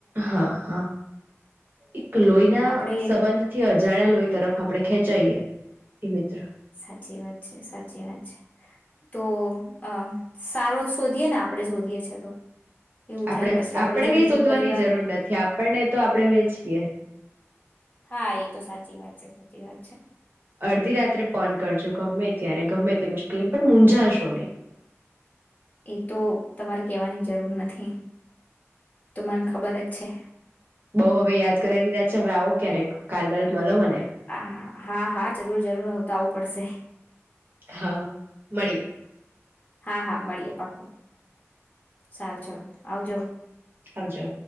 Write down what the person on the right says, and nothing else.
હાં, હાં, એક લોઈના
સંબંધથી અજાણ્યા લોઈ તરફ આપડે ખેંચાઈએ એ મિત્ર
આપડા
જ આપડે
કંઈ
શોધવાની
જરૂર નથી આપડને તો આપડે વે છીએ.
અડધી રાત્રે ફોન કરજો ગમ્મે ત્યારે. ગમે તે મુશ્કિલ પણ મુંઝાશો નહીં
બઉ અવે યાદ કરાય દીધા છે અવે આવો ક્યારેક કાલબાલ મલો મને.
હા, મળીએે.
આવજો.